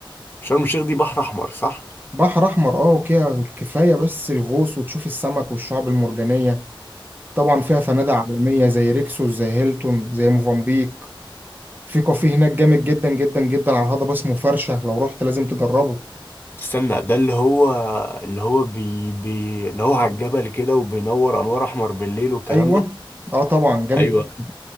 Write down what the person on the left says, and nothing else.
شرم الشيخ دي بحر احمر صح
استنى ده اللي هو اللي هو بي بي اللي هو على الجبل كده وبينور انوار احمر بالليل والكلام
ده
ايوه